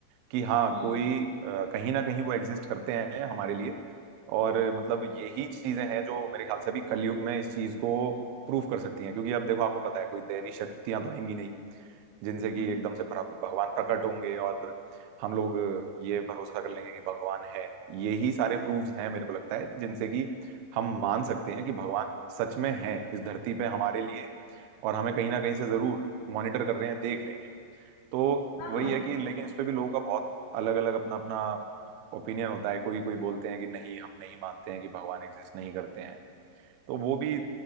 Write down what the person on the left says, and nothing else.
हम्म
हम्म।
हाँ
हाँ